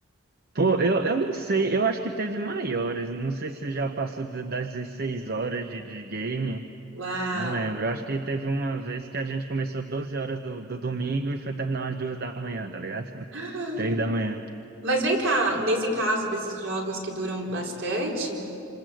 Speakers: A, on the right; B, on the right.
A: Pô, eu, eu não sei, eu acho que teve maiores. Não sei se já passou de- das 16 horas de, de game.
B: Uau!
A: Não lembro. Eu acho que teve uma vez que a gente começou 12 horas do, do domingo e foi terminar às duas da manhã, tá ligado?
B: <gasps> Ah,
A: <laughs> Três da manhã.
B: Mas vem cá, nesse caso desses jogos que duram bastante,